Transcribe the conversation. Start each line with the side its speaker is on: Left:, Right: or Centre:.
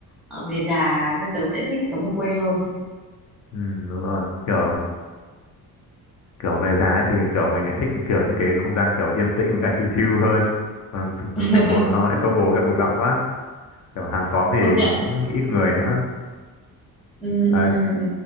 Centre: ờ, về già thì tớ sẽ thích sống ở quê hơn.
Left: ừ đúng rồi kiểu kiểu về giá ấy thì kiểu mình lại thích kiểu những cái không gian kiểu yên tĩnh với cả chill chill hơn còn thành
Centre: <laughs>
Left: thành phố nó lại xô bồ với cả bụi bặm quá kiểu hàng xóm thì
Centre: Công nhận.
Left: cũng ít người nữa
Centre: Ừ,
Left: đấy
Centre: ừ, ừ.